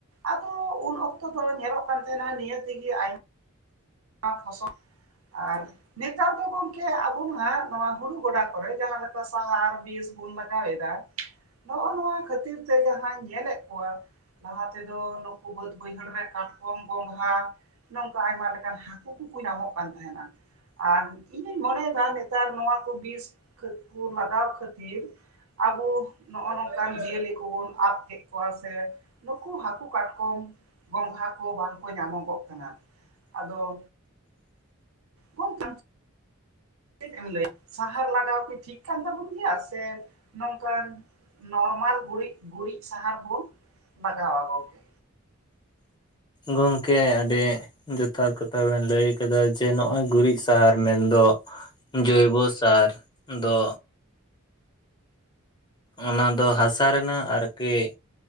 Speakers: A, on the right; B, on the left.
A: ᱟᱫᱚ ᱩᱱ ᱚᱠᱛᱚ ᱫᱚ ᱧᱮᱞᱚᱜ ᱠᱟᱱ ᱛᱟᱦᱮᱱᱟ ᱱᱤᱭᱟᱹ ᱛᱮᱜᱮ ᱟᱭᱢᱟ ᱚᱱᱟ ᱯᱷᱚᱥᱚᱞ ᱟᱨ ᱱᱮᱛᱟᱨ ᱫᱚ ᱜᱚᱝᱠᱮ ᱟᱵᱚ ᱦᱟᱸᱜ ᱱᱚᱣᱟ ᱦᱩᱨᱩ ᱜᱚᱰᱟ ᱠᱚᱨᱮᱜ ᱡᱟᱦᱟᱸ ᱞᱮᱠᱟ ᱥᱟᱦᱟᱨ ᱵᱤᱥ ᱵᱚᱱ ᱢᱟᱜᱟᱣ ᱮᱫᱟ ᱱᱚᱜᱼᱚ ᱱᱚᱣᱟ ᱠᱷᱟᱹᱛᱤᱨ ᱛᱮ ᱡᱟᱦᱟᱸᱧ ᱧᱮᱞᱮᱫ ᱠᱚᱣᱟ ᱞᱟᱦᱟ ᱛᱮᱫᱚ ᱱᱩᱠᱩ ᱵᱟᱹᱫ ᱵᱟᱹᱭᱦᱟᱹᱲ ᱨᱮ ᱠᱟᱴᱠᱚᱢ ᱜᱚᱸᱜᱷᱟ ᱱᱚᱝᱠᱟ ᱟᱭᱢᱟ ᱞᱮᱠᱟ ᱦᱟᱹᱠᱩ ᱠᱚᱠᱚ ᱧᱟᱢᱚᱜ ᱠᱟᱱ ᱛᱟᱦᱮᱱᱟ ᱟᱨ ᱤᱧᱤᱧ ᱢᱚᱱᱮᱭᱮᱫᱟ ᱱᱮᱛᱟᱨ ᱱᱚᱣᱟ ᱠᱚ ᱵᱤᱥ ᱠᱚ ᱞᱟᱜᱟᱣ ᱠᱷᱟᱹᱛᱤᱨ ᱟᱵᱚ ᱱᱚᱜᱼᱚ ᱱᱚᱝᱠᱟᱱ ᱡᱤᱭᱟᱹᱞᱤ ᱠᱚᱵᱚᱱ ᱟᱫ ᱠᱮᱫ ᱠᱚᱣᱟ ᱥᱮ ᱱᱩᱠᱩ ᱦᱟᱹᱠᱩ ᱠᱟᱴᱠᱚᱢ ᱜᱚᱝᱜᱷᱟ ᱠᱚ ᱵᱟᱝᱠᱚ ᱧᱟᱢᱚᱜᱚᱜ ᱠᱟᱱᱟ ᱟᱫᱚ ᱠᱚ ᱛᱚᱝ ᱪᱮᱫ ᱮᱢ ᱞᱟᱹ ᱥᱟᱦᱟᱨ ᱞᱟᱜᱟᱣ ᱠᱤ ᱴᱷᱤᱠ ᱠᱟᱱ ᱛᱟᱵᱚᱱ ᱜᱮᱭᱟ ᱥᱮ ᱱᱚᱝᱠᱟᱱ ᱱᱚᱨᱢᱟᱞ ᱜᱩᱨᱤᱡ ᱜᱩᱨᱤᱡ ᱥᱟᱦᱟᱨ ᱵᱩᱱ ᱞᱟᱜᱟᱣᱟ ᱜᱚᱝᱠᱮ
B: ᱜᱚᱢᱠᱮ ᱟᱹᱰᱤ ᱡᱚᱛᱷᱟᱛ ᱠᱟᱛᱷᱟ ᱵᱮᱱ ᱞᱟᱹᱭ ᱟᱠᱟᱫᱟ ᱡᱮ ᱱᱚᱜ ᱚᱚᱭ ᱜᱩᱨᱤᱡ ᱥᱟᱦᱟᱨ ᱢᱮᱱᱫᱚ ᱡᱳᱭᱵᱚ ᱥᱟᱨ ᱫᱚ ᱚᱱᱟ ᱫᱚ ᱦᱟᱥᱟ ᱨᱮᱱᱟᱜ ᱟᱨᱠᱤ